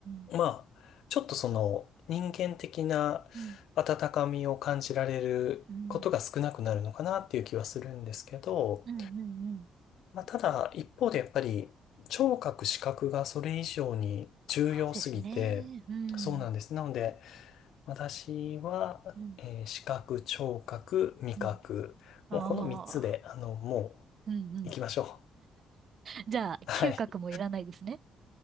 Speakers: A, on the right; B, on the left.
A: ん
B: まあ、ちょっとその、人間的な温かみを感じられることが少なくなるのかなっていう気はするんですけど、
A: うん。うんうん。うんうんうん。
B: まあ、ただ、一方でやっぱり、聴覚、視覚がそれ以上に重要すぎて、
A: そうですね。うん。
B: そうなんです。なので、私は、
A: うん
B: えー視覚、聴覚、味覚、
A: うん。ああ。
B: もうこの3つで、あの、も
A: うんうん。
B: う、行きましょ
A: じゃあ、
B: う。<laughs> はい。
A: 嗅覚もいらないですね。